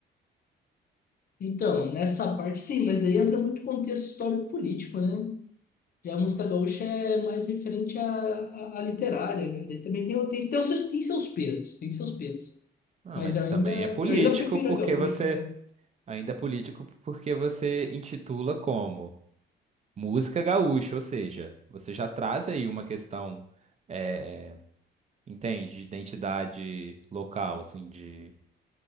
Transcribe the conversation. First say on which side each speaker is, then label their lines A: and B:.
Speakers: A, on the left (about 50°); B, on the right (about 35°).
A: Então, nessa parte, sim, mas daí entra muito contexto histórico-político, né? Já a música gaúcha é mais referente à, à, à literária, né? Daí também tem, tem, tem, o seu- tem seus pesos, tem seus pesos.
B: Ah,
A: Mas
B: mas
A: eu ainda,
B: também é político
A: eu ainda prefiro
B: porque
A: a gaúcha,
B: você.
A: né?
B: Ainda é político porque você intitula como música gaúcha, ou seja, você já traz aí uma questão, eh, entende, de identidade local, assim, de.